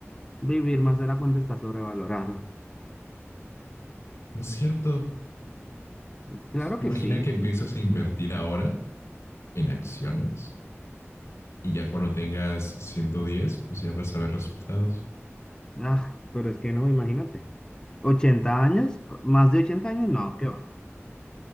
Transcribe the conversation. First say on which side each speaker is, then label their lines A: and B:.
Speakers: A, on the left; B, on the left.
A: Vivir más de la cuenta está sobrevalorado.
B: No es cierto.
A: Claro
B: Imagina
A: que sí.
B: que empiezas a invertir ahora en acciones y ya cuando tengas 110 pues ya vas a ver resultados.
A: Ah, pero es que no, imagínate. ochenta años? ¿Más de 80 años? No, ¿qué va?